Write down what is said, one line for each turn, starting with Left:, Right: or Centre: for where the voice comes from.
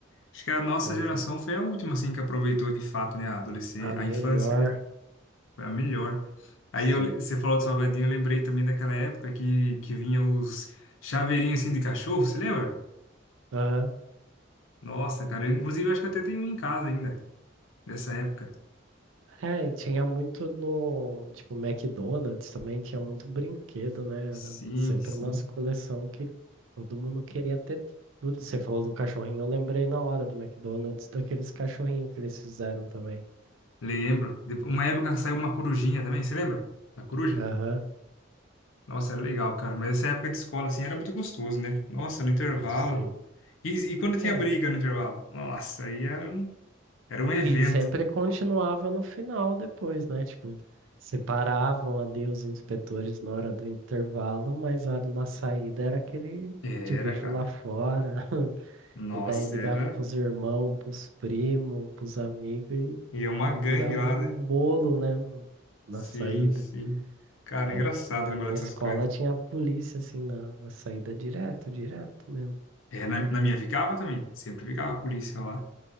Left: Acho que a nossa
Right: pois
Left: geração
Right: é.
Left: foi a última, assim, que aproveitou de fato, né? A adolescência,
Right: A melhor,
Left: a infância, né? Foi a melhor. Aí
Right: sim.
Left: eu, le- você falou do salgadinho, eu lembrei também daquela época que, que vinha os chaveirinhos, assim, de cachorro, você lembra?
Right: Aham,
Left: Nossa, cara, eu, inclusive acho que eu até tenho um em casa ainda, dessa época.
Right: É, e tinha muito no, tipo, McDonald's também tinha muito brinquedo, né?
Left: Sim,
Right: Era sempre
Left: sim.
Right: umas coleção que todo mundo queria ter tudo. Você falou do cachorrinho, eu lembrei na hora do McDonald's daqueles cachorrinhos que eles fizeram também.
Left: Lembro. Depo- Uma época saiu uma corujinha também, você lembra? Da coruja?
Right: Aham,
Left: Nossa, era legal, cara. Mas essa época de escola, assim, era muito gostoso, né? Nossa, no intervalo.
Right: sim.
Left: E, e quando tinha
Right: É,
Left: briga no intervalo? Nossa, aí era um, era um evento.
Right: e, e sempre continuava no final depois, né? Tipo, separavam ali os inspetores na hora do intervalo, mas a na saída era aquele
Left: Era,
Right: te vejo
Left: cara.
Right: lá fora. <laughs>
Left: Nossa,
Right: E daí ligava
Left: era.
Right: pros irmãos, pros primos, pros amigos e
Left: E é uma gangue
Right: e virava
Left: lá,
Right: um
Left: né?
Right: bolo, né, no- na
Left: Sim,
Right: saída.
Left: sim. Cara,
Right: Era,
Left: é engraçado
Right: na
Left: lembrar
Right: minha
Left: dessas
Right: escola
Left: coisas.
Right: tinha a polícia, assim, na, na saída direto, direto mesmo.
Left: É, na, na minha ficava também. Sempre ficava a polícia lá.